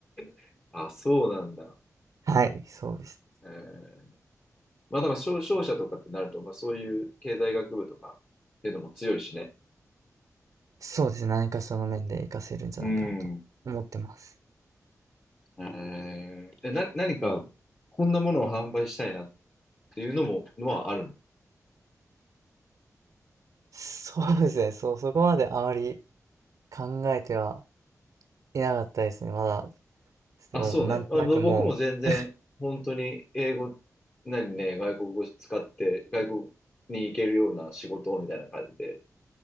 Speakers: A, on the left; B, on the right.
A: <laughs> あ、そうなんだ。
B: はい、そうです。
A: えーまあだから商、商社とかってなると、まあそういう経済学部とかっていうのも強いしね。
B: そうですね。何かその面で活かせるんじゃないかなと思ってます。
A: うん。えー、え、な、何かこんなものを販売したいなっていうのも、のはあるの
B: そうですね。そう、そこまであまり考えてはいなかったですね。まだ、
A: あ、
B: もうなんとなくもう、
A: そうね。あ、ぼ僕も全然、本当に英語、何ね、外国語使って、外国に行けるような仕事をみたいな感じで